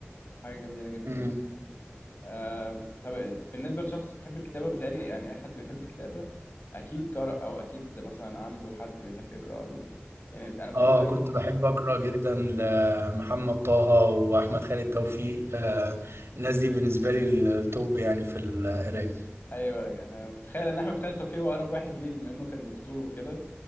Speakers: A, on the left; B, on the right.
A: حاجه جميله جدا
B: امم
A: يعني آم، طب بالنسبه لشخص بيحب الكتابه بيتهيألي يعني اي حد بيحب الكتابه اكيد قرأ او اكيد مثلا عنده حد بيحب يقرأ له يعني انا بشوف
B: اه
A: دايما
B: كنت بحب اقرا جدا لمحمد طه واحمد خالد توفيق آه الناس دي بالنسبه لي التوب يعني في القرايه
A: ايوه انا متخيل ان احمد خالد توفيق هو اقرب واحد ليك بما انه كان دكتور وكده